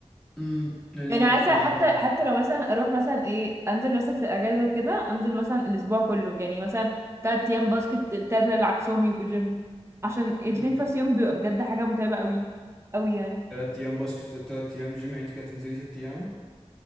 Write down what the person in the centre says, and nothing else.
امم يعني
ارجعي
امم
تلات ايام باسكت تلات ايام جيم يعني انتي كده تنزلي ست ايام